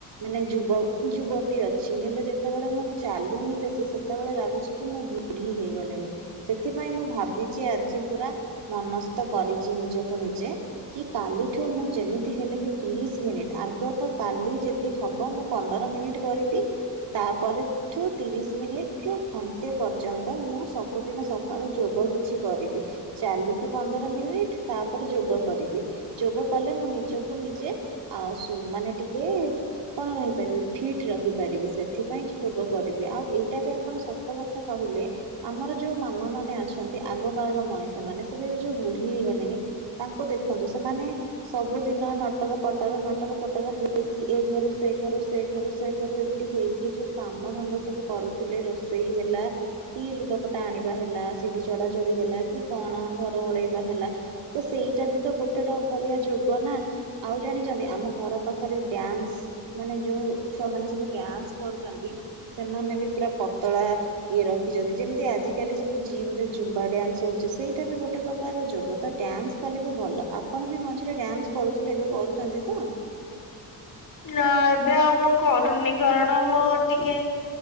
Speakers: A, on the right (about 80°); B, on the left (about 50°).
A: ମାନେ ଯୁବ ଯୁବତୀ ଅଛି ହେଲେ ଯେତେବେଳେ ମୁଁ ଚାଲୁନି ବେଶୀ ସେତେବେଳେ ଲାଗୁଛି କି ମୁଁ ବୁଢୀ ହେଇଗଲିଣି ସେଥିପାଇଁ ମୁଁ ଭାବିଛି ଆଜି ପୁରା ମନସ୍ଥ କରିଛି ନିଜକୁ ନିଜେ କି କାଲିଠୁ ମୁଁ ଯେମିତି ହେଲେ ବି ତିରିଶ ମିନିଟ ଆଗ ତ କାଲି ଯଦି ହବ ମୁଁ ପନ୍ଦର ମିନିଟ କରିବି ତାପରେ ଠୁ ତିରିଶ ମିନିଟ ରୁ ଘ ଗୋଟେ ପର୍ଯ୍ୟନ୍ତ ମୁଁ ସବୁଦିନ ସକାଳୁ ଯୋଗ କିଛି କରିବି ଚାଲିବି ପନ୍ଦର ମିନିଟ ତାପରେ ଯୋଗ କରିବି। ଯୋଗ କଲେ ମୁଁ ନିଜକୁ ନିଜେ ଆ ମାନେ ଟିକେ କଣ ରହିପାରିବି ଫିଟ ରହିପାରିବି। ସେଥିପାଇଁ ଯୋଗ କରିବି ଆଉ ଏଇଟା ବି ଆପଣ କଥା କହିଲେ ଆମର ଯୋଉ ମାମା ମାନେ ଅଛନ୍ତି ଆଗ କାଳର ମଣିଷ ମାନେ ସେ ଯୋଉ ବୁଢୀ ହେଇଗଲେଣି ତାଙ୍କୁ ଦେଖନ୍ତୁ ସେମାନେ ସବୁଦିନ ନଟର ପଟର ନଟର ପଟର ହେଇକି ଏ ଘରୁ ସେ ଘରୁ ସେ ଘରୁ ସେ ଘରୁ ଏମିତି ହେଇକି ଯୋଉ କାମ ଧନ୍ଦା ସବୁ କରୁଥିଲେ ରୋଷେ ସେଇ ହେଲା କି ଲୁଗାପଟା ଆଣିବା ହେଲା, ସିଡିି ଚଢାଚଢି ହେଲା, କି କଣ ଘର ଓଳେଇବା ହେଲା ତ ସେଇଟା ବି ତ ଗୋଟେଟା ଭଳିଆ ଯୁଗ ନା ଆଉ ଜାଣିଛନ୍ତି ଆମ ଘର ପାଖରେ ଡ୍ୟାନ୍ସ ମାନେ ଯୋଉ ଛୁଆ ମାନେ ସବୁ ଡ୍ୟାନ୍ସ କରୁଛନ୍ତି ସେମାନେ ବି ପୁର ପତଳା ଇଏ ରଖିଛନ୍ତି ଯେମିତି ଆଜିକାଲି ସବୁ ଜିମ ରେ ଜୁମ୍ବା ଡ୍ୟାନ୍ସ ହଉଛି ସେଇଟା ବି ଗୋଟେ ପ୍ରକାରର ଯୋଗ ତ ଡ୍ୟାନ୍ସ କଲେ ବି ଭଲ ଆପଣ ବି ମଝିରେ ଡ୍ୟାନ୍ସ କରୁଥିଲେ ଏବେ କରୁଛନ୍ତି ତ।
B: ନା ଏବେ ଆଉ ମୁଁ କରୁନି କାରଣ ମୁଁ ଟିକେ